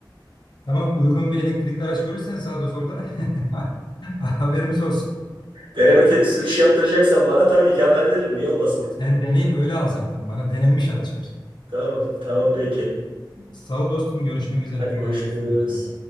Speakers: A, on the left; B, on the right.
A: Tamam uygun bir elektrikli araç görürsen sağda solda <laughs> haberimiz olsun.
B: Deneme te- sürüş yaptıracaksan bana tabii ki haber veririm. Niye olmasın?
A: Sen deneyip öyle al zaten. Bana denenmiş araç ver.
B: <laughs> Tamam tamam peki.
A: Sağ ol dostum. Görüşmek üzere.
B: Hadi
A: Kolay
B: görüşürüz.
A: gelsin diyorum sana.